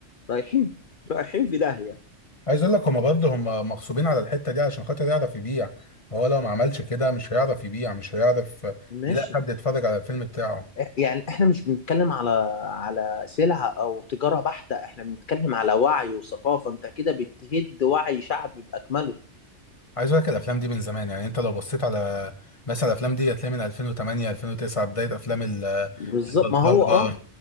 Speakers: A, on the left; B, on the left.
A: رايحين رايحين في داهيه
B: عايز اقول لك هما برضه هما مغصوبين على الحته دي علشان خاطر يعرف يبيع هو لو ما عملش كده مش هيعرف يبيع مش هيعرف
A: ماشي
B: يلاقي حد يتفرج على الفيلم بتاعه
A: يعني احنا مش بنتكلم على على سلعة او تجارة بحتة احنا بنتكلم على وعي وثقافة انت كده بتهد وعي شعب بأكمله
B: عايز اقول لك الافلام دي من زمان يعني انت لو بصيت على مثلا الافلام دي هتلاقي من 2008 2009 بدايه افلام ال-
A: بالظبط
B: البلطجه
A: ما هو اه